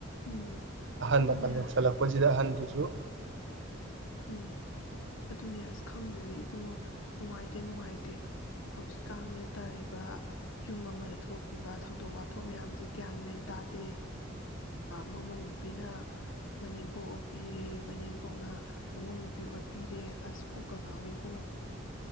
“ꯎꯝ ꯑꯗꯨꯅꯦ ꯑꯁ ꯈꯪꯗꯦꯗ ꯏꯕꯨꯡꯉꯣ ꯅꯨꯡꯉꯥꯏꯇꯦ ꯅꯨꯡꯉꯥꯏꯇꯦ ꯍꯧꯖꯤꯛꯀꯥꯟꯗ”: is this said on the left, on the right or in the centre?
Left